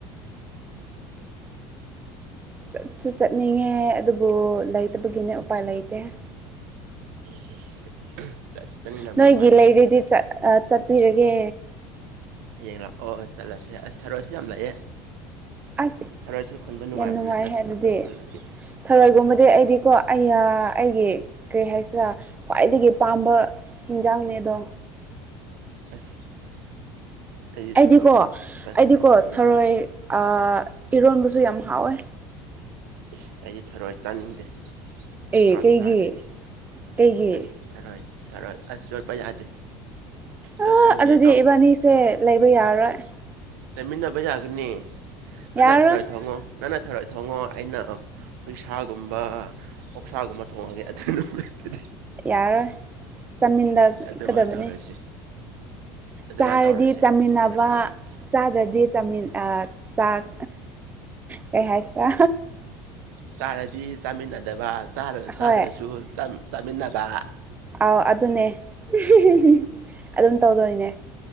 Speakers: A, on the right; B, on the right.
A: ꯆꯠꯁꯨ ꯆꯠꯅꯤꯡꯉꯦ ꯑꯗꯨꯕꯨ ꯂꯩꯇꯕꯒꯤꯅꯦ ꯎꯄꯥꯏ ꯂꯩꯇꯦ
B: <unintelligible> ꯆꯠꯅꯤꯡꯂꯝꯗꯧ
A: ꯅꯣꯏꯒꯤ
B: ꯃꯥꯜꯂꯦ
A: ꯂꯩꯔꯗꯤ ꯆꯠ ꯑꯥ ꯆꯠꯄꯤꯔꯒꯦ
B: ꯍꯌꯦꯡ ꯂꯥꯛꯑꯣ ꯆꯠꯂꯁꯦ ꯑꯁ ꯊꯥꯔꯣꯏꯁꯨ ꯌꯥꯝ ꯂꯩꯑꯦ
A: ꯑꯁ
B: ꯊꯔꯣꯏꯁꯨ ꯈꯨꯟꯕ ꯅꯨꯡꯉꯥꯏꯕꯅꯦ
A: ꯌꯥꯝ ꯅꯨꯡꯉꯥꯏꯍꯦ
B: ꯑꯁ
A: ꯑꯗꯨꯗꯤ
B: ꯉꯥꯍꯥꯛꯇꯪ ꯈꯨꯜꯂꯗꯤ
A: ꯊꯔꯣꯏꯒꯨꯝꯕꯗꯤ ꯑꯩꯗꯤꯀꯣ ꯑꯩꯌꯥ ꯑꯩꯒꯤ ꯀꯔꯤ ꯍꯥꯏꯁꯤꯔꯥ ꯈ꯭ꯋꯥꯏꯗꯒꯤ ꯄꯥꯝꯕ ꯍꯤꯡꯖꯥꯡꯅꯦ ꯑꯗꯣ
B: ꯑꯁ ꯑꯩꯗꯤ
A: ꯑꯩꯗꯤꯀꯣ
B: ꯊꯔꯣꯏ ꯌꯥꯝ ꯆꯥꯅꯤꯡꯗꯦ
A: ꯑꯩꯗꯤꯀꯣ
B: ꯎꯝ
A: ꯊꯔꯣꯏ ꯑꯥ ꯏꯔꯣꯟꯕꯁꯨ ꯌꯥꯝ ꯍꯥꯎꯋꯦ
B: ꯏꯁ ꯑꯩꯗꯤ ꯊꯔꯣꯏ ꯆꯥꯅꯤꯡꯗꯦ
A: ꯑꯦ
B: ꯆꯥꯁꯨ
A: ꯀꯩꯒꯤ
B: ꯆꯥꯗꯦ
A: ꯀꯩꯒꯤ
B: ꯑꯁ ꯊꯔꯣꯏ ꯊꯔꯣꯏ ꯑꯁ ꯌꯣꯠꯄ ꯌꯥꯗꯦ ꯌꯣꯠꯁꯟꯒꯦ
A: ꯑꯥ ꯑꯗꯨꯗꯤ ꯏꯕꯥꯅꯤꯁꯦ ꯂꯩꯕ ꯌꯥꯔꯔꯣꯏ
B: ꯆꯠꯃꯤꯟꯅꯕ ꯌꯥꯒꯅꯤ ꯅꯪꯅ
A: ꯌꯥꯔꯔꯣꯏ
B: ꯊꯔꯣꯏ ꯊꯣꯡꯉꯣ ꯅꯪꯅ ꯊꯔꯣꯏ ꯊꯣꯡꯉꯣ ꯑꯩꯅ ꯍꯨꯏ ꯁꯥꯥꯒꯨꯝꯕ ꯑꯣꯛꯁꯥꯒꯨꯝꯕ ꯊꯣꯡꯉꯒꯦ ꯑꯗꯨ ꯅꯨꯃꯤꯠꯇꯨꯗꯤ
A: ꯌꯥꯔꯔꯣꯏ ꯆꯥꯃꯤꯟꯅꯀꯗꯕꯅꯦ
B: ꯑꯗꯨꯃꯥꯏꯅ ꯇꯧꯔꯁꯤ ꯑꯗꯨꯃꯥꯏꯅ
A: ꯆꯥꯔꯗꯤ
B: ꯇꯧꯔꯁꯦ
A: ꯆꯥꯃꯤꯟꯅꯕ
B: ꯑꯗꯨꯃꯥꯏꯅ ꯐꯕꯅꯦ
A: ꯆꯥꯗ꯭ꯔꯗꯤ ꯆꯥꯃꯤꯟ ꯑꯥ ꯆꯥꯛ ꯀꯩ ꯍꯥꯏꯁꯤꯔꯥ
B: ꯆꯥꯔꯗꯤ ꯆꯥꯃꯤꯟꯅꯗꯕ ꯆꯥꯔ ꯆꯥꯗ꯭ꯔꯁꯨ
A: ꯍꯣꯏ
B: ꯆꯝ ꯆꯥꯃꯤꯟꯅꯕ
A: ꯑꯥꯎ ꯑꯗꯨꯅꯦ <unintelligible> ꯑꯗꯨꯝ ꯇꯧꯗꯣꯏꯅꯦ